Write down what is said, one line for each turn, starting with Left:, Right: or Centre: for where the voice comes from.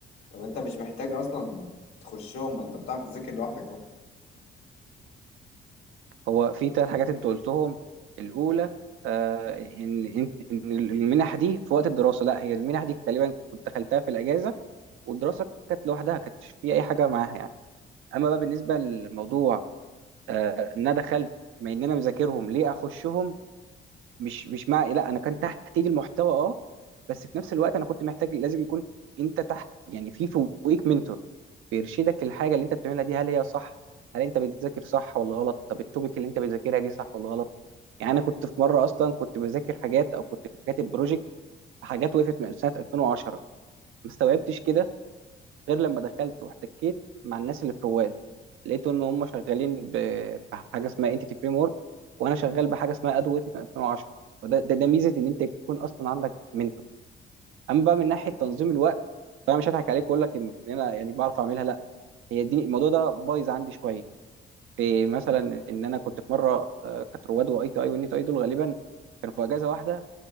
Left: طب انت مش محتاج اصلا تخشهم ما انت بتعرف تذاكر لوحدك اهو
Right: هو في ثلاث حاجات انت قلتهم الاولى آه ان ان إن المنح دي في وقت الدراسه لا هي المنح دي غالبا كنت دخلتها في الاجازه والدراسه كانت لوحدها كانتش في اي حاجه معاها يعني اما بقى بالنسبه للموضوع آه ان انا دخلت ما ان انا مذاكرهم ليه اخشهم مش مش مع لا انا كان تحت ايدي المحتوى اه بس في نفس الوقت انا كنت محتاج لازم يكون انت تحت يعني في فوقيك منتور بيرشدك للحاجه اللي انت بتعملها دي هل هي صح هل انت بتذاكر صح ولا غلط طب التوبيك اللي انت بتذاكرها دي صح ولا غلط يعني انا كنت في مره اصلا كنت بذاكر حاجات او كنت كاتب بروجكت حاجات وقفت من سنه 2010 ما استوعبتش كده غير لما دخلت واحتكيت مع الناس اللي في رواد لقيت ان هم شغالين ب- بحاجه اسمها انتيتي فريم ورك وانا شغال بحاجه اسمها ادو اف 2010 فده ده, ده ميزه ان انت يكون اصلا عندك منتور اما بقى من ناحيه تنظيم الوقت فانا مش هضحك عليك واقول لك ان انا يعني بعرف اعملها لا هي دي الموضوع ده بايظ عندي شويه في مثلا ان انا كنت في مره آه، كانت رواد واي تي اي والنيت اي دول غالبا كانوا في اجازه واحده